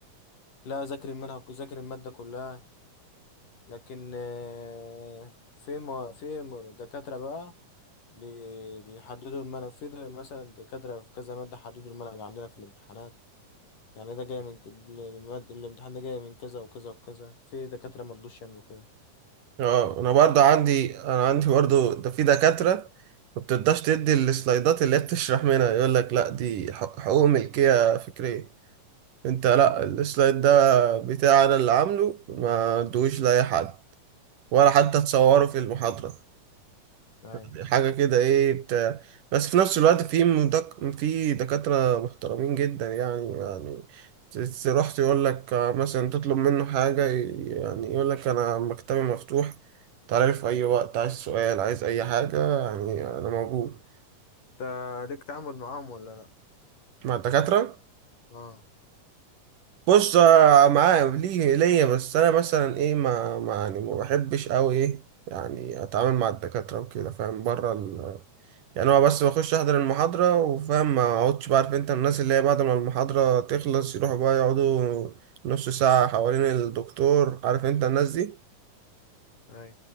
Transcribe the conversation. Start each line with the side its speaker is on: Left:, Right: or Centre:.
Left: لا ذاكر المنهج ذاكر المادة كلها لكن آه، في مو... في مو- دكاترة بقى بي- بيحددوا المنهج في د- مثلا دكاترة في كذا مادة حددوا المنهج عندنا في الامتحانات يعني ده جاي من المادة الامتحان ده جاي من كذا وكذا وكذا في دكاترة مرضوش يعملوا كده
Right: اه انا برضه عندي انا عندي برضه ده في دكاترة ما بترضاش تدي السلايدات اللي هي بتشرح منها يقول لك لا دي حق- حقوق ملكية فكرية انت لا السلايد ده بتاعي انا اللي عامله ما ادوش لاي حد ولا حتى تصوروا في المحاضرة
Left: أيوة.
Right: يعني حاجة كده ايه بتاع بس في نفس الوقت في مدك... في دكاترة محترمين جدا يعني يعني ت- تروح تقول لك مثلا تطلب منه حاجة يعني يقول لك أنا مكتبي مفتوح تعالى لي في أي وقت عايز سؤال عايز أي حاجة يعني أنا موجود
Left: انت ليك تعامل معاهم ولا لأ؟
Right: مع الدكاترة
Left: اه
Right: بص آه، معايا ليه ليا بس أنا مثلا ايه ما ما يعني ما بحبش أوي ايه يعني أتعامل مع الدكاترة وكده فاهم بره يعني هو بس بخش احضر المحاضرة وفاهم ما اقعدش بقى عارف انت الناس اللي هي بعد ما المحاضرة تخلص يروحوا بقى يقعدوا نص ساعة حوالين الدكتور عارف انت الناس دي
Left: اي